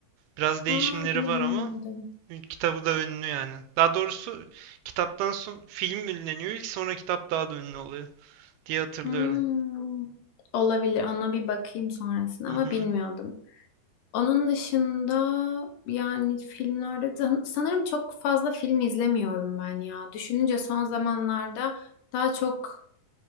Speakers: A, on the right; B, on the left.
A: Biraz değişimleri
B: Aa bunu
A: var
B: bilmiyordum.
A: ama kitabı da ünlü yani. Daha doğrusu kitaptan son film ünleniyor ilk sonra kitap daha da ünlü oluyor diye hatırlıyorum.
B: Hmm, olabilir. Ona bir bakayım sonrasında
A: Hı
B: ama
A: hı.
B: bilmiyordum. Onun dışında yani filmlerde san- sanırım çok fazla film izlemiyorum ben ya. Düşününce son zamanlarda daha çok